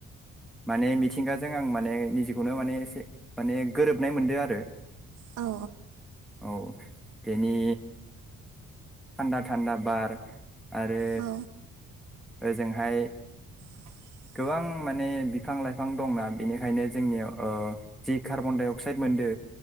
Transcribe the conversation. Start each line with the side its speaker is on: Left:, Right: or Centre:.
Centre: माने मिथिंगाजों आं माने निजिखौनो माने एसे माने गोरोबनाय मोनदो आरो
Right: औ
Centre: औ बेनि थान्दा थान्दा बार आरो
Right: गोजोननाय मोनदों आरोना बारहावाफोरखौ औ
Centre: ओजोंहाय
Right: <inaudible>
Centre: गोबां माने बिफां लाइफां दंना बेनिखायनो जोंनियाव ओ जि कार्बन डाइ अक्साइड मोनदो